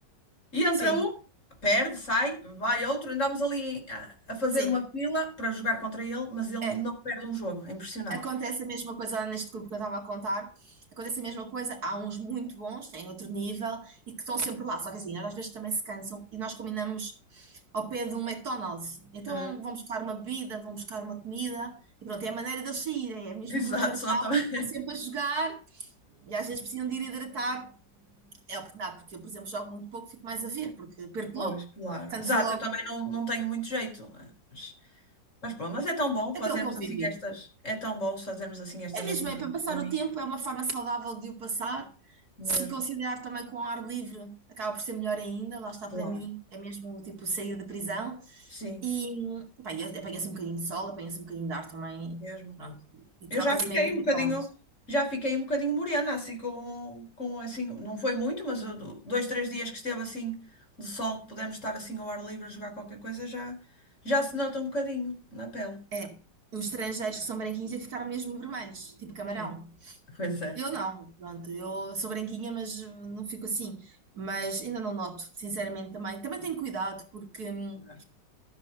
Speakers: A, on the left; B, on the right.
A: E entra
B: sim,
A: um, perde, sai, vai outro, andamos ali a, a fazer
B: sim,
A: uma fila para jogar contra ele, mas ele
B: é.
A: não perde um jogo, é impressionante.
B: Acontece a mesma coisa lá neste grupo que eu estava a contar. Acontece a mesma coisa. Há uns muito bons, têm outro nível e que estão sempre lá. Só que assim, eles às vezes também se cansam e nós combinamos ao pé de um McDonald's. Então
A: Ah,
B: vão buscar uma bebida, vão buscar uma comida e pronto, é a maneira deles saírem. É
A: <laughs>
B: mesmo
A: exato,
B: por cansaço,
A: senão também. <laughs>
B: estão sempre a jogar e às vezes precisam de ir hidratar. É a oportunidade, porque eu, por exemplo, jogo muito pouco, fico mais a ver, porque perco
A: Pois,
B: logo.
A: claro.
B: Portanto,
A: Exato,
B: sou logo.
A: eu também não, não tenho muito jeito. ah, Mas, mas pronto, mas é tão bom fazermos
B: É pelo convívio.
A: assim estas. É tão bom fazermos assim estas
B: É mesmo,
A: atividades
B: é para passar
A: com os amigos,
B: o tempo, é uma forma saudável de o passar.
A: mesmo,
B: Se considerar também com ar livre, acaba por ser melhor ainda. Lá está
A: claro.
B: para mim, é mesmo tipo sair da prisão.
A: Sim,
B: E pá, e apanha-se um bocadinho de sol, apanha-se um bocadinho de ar também.
A: mesmo.
B: Pronto. E
A: Eu
B: troca-se
A: já fiquei
B: meio de
A: um bocadinho,
B: palavras.
A: já fiquei um bocadinho morena, assim, com, com assim, não foi muito, mas eu do- dois, três dias que esteve assim de sol, que pudemos estar assim ao ar livre a jogar qualquer coisa, já, já se nota um bocadinho na pele.
B: É, os estrangeiros que são branquinhos é que ficaram mesmo vermelhos, tipo camarão.
A: É, Pois é.
B: Eu não, pronto, eu sou branquinha, mas hum, não fico assim. Mas ainda não noto, sinceramente também. Também tenho cuidado, porque. hum,
A: Claro.